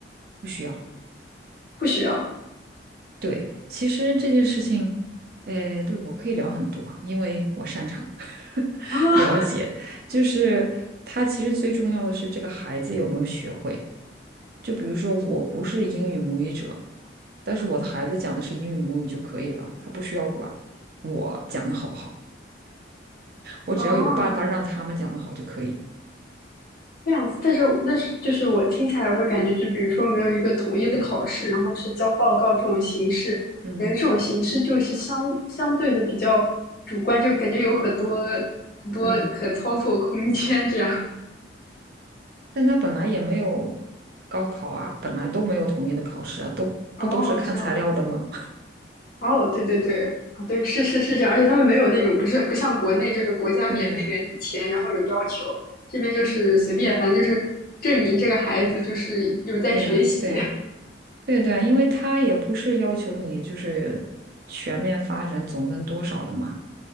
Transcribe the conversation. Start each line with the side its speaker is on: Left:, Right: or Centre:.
Right: 不需要。
Left: 不需要
Right: 对，其实这件事情，呃，对我可以聊很多啊，因为我擅长 <laughs>
Left: 啊
Right: 了解。就是他其实最重要的是这个孩子有没有学会。就比如说，我不是英语母语者，但是我的孩子讲的是英语母语就可以了，他不需要管我讲的好不好，我只要有办法让他们讲的好就可以。
Left: 啊。哦这样子，但是但是就是我听起来，我会感觉，就比如说没有一个统一的考试，然后是交报告这种形式，
Right: 嗯
Left: 感觉这种形式就是相相对的比较主观，就感觉有很多很多可操作空间这样。
Right: 嗯，但他本来也没有高考啊，本来都没有统一的考试啊，都不都是看材料的吗？
Left: 哦，这样子，哦，对对对，啊，对，是是是这样，而且他们没有那种不是不像国内就是国家免费给你钱，
Right: <laughs> 对呀，
Left: 然后有要求，这边就是随便，反正就是证明这个孩子就是有在学习。
Right: 对呀，对呀。对对，啊，因为他也不是要求你就是全面发展总分多少的嘛。